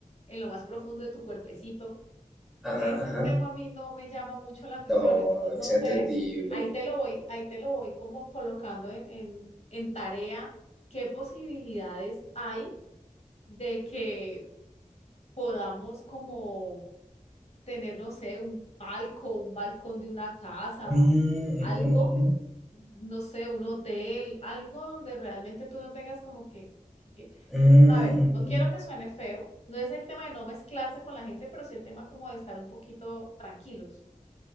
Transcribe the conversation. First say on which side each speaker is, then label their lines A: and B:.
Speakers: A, on the left (about 50°); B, in the centre.
A: en lo más profundo de tu cuerpecito.
B: Ajá,
A: Ese
B: ajá.
A: tema a mí no me llama mucho la atención,
B: No,
A: entonces no
B: es
A: sé,
B: entendible.
A: ahí te lo voy, ahí te lo voy como colocando en, en, en tarea, qué posibilidades hay de que podamos como tener, no sé, un palco, un balcón de una casa,
B: Mm,
A: algo,
B: ujú, ujú.
A: no sé, un hotel, algo donde realmente tú no tengas como que, que- que-
B: Mm,
A: a ver,
B: ujú.
A: no quiero que suene feo, no es el tema de no mezclarse con la gente, pero sí el tema como de estar un poquito tranquilos.